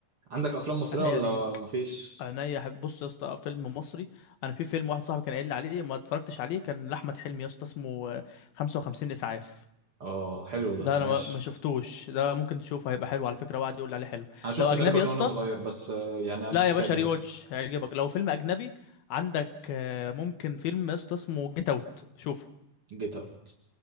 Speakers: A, on the right; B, on the left.
A: عندك افلام مصريه
B: عينيا
A: ولا
B: ليك
A: مفيش
B: عينيا حبيبي بص يا اسطى فيلم مصري انا في فيلم واحد صاحبي كان قايل لي عليه ما اتفرجتش عليه كان لاحمد حلمي يا اسطى اسمه آه، 55 اسعاف
A: اه حلو ده
B: ده انا
A: ماشي
B: ما ما شفتوش ده ممكن تشوفه هيبقى حلو على فكره وقعد يقول لي عليه حلو
A: انا شفته
B: لو اجنبي
A: تقريبا
B: يا اسطى
A: وانا صغير بس آه، يعني هشوفه
B: لا يا
A: تاني
B: باشا
A: بقى
B: ري واتش هيعجبك لو فيلم اجنبي عندك آه، ممكن فيلم يا اسطى اسمه جيت اوت شوفه
A: جيتارد